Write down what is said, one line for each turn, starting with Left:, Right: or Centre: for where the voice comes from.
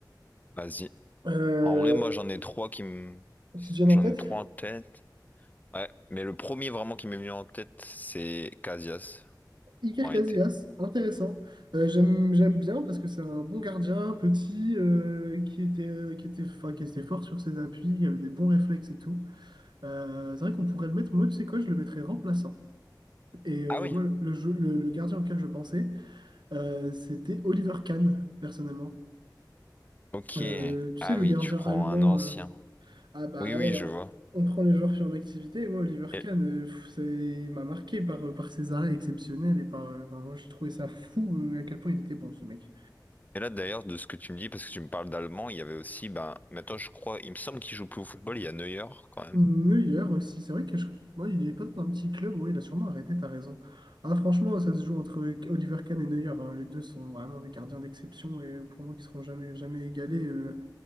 Left: Vas-y.
Right: Euh,
Left: En vrai, moi, j'en ai trois qui me,
Right: qui te viennent
Left: j'en
Right: en tête?
Left: ai trois en tête. Ouais, mais le premier vraiment qui m'est venu en tête, c'est Casillas
Right: Iker
Left: en réalité.
Right: Casillas, intéressant. Euh, j'aime, j'aime bien parce que c'est un bon gardien, petit, euh, qui était, qui était, enfin, qui était fort sur ses appuis, qui avait des bons réflexes et tout. Euh, c'est vrai qu'on pourrait le mettre, moi, tu sais quoi, je le mettrais remplaçant. Et euh,
Left: Ah oui.
Right: moi, le, jeu- le, le gardien auquel je pensais, euh, c'était Oliver Kahn, personnellement.
Left: Ok.
Right: Euh, tu
Left: Ah
Right: sais, le
Left: oui,
Right: gardien
Left: tu prends
Right: allemand
Left: un ancien.
Right: euh, Ah bah
Left: Oui,
Right: ouais,
Left: oui, je
Right: on,
Left: vois.
Right: on prend les joueurs qui sont en activité. Moi, Oliver
Left: Et,
Right: Kahn, euh, pff, c'est- il m'a marqué par, euh, par ses arrêts exceptionnels et par... euh, Enfin, moi, j'ai trouvé ça fou euh, à quel point il était bon, ce mec.
Left: Et là, d'ailleurs, de ce que tu me dis, parce que tu me parles d'allemand, il y avait aussi, ben, maintenant, je crois, il me semble qu'il joue plus au football, il y a Neuer, quand même.
Right: Neuer aussi, c'est vrai que je- moi, il est pas dans un petit club. Oui, il a sûrement arrêté, t'as raison. Ah, franchement, ça se joue entre Oliver Kahn et Neuer. hein. Les deux sont vraiment des gardiens d'exception et euh, pour moi, qui seront jamais, jamais égalés. euh,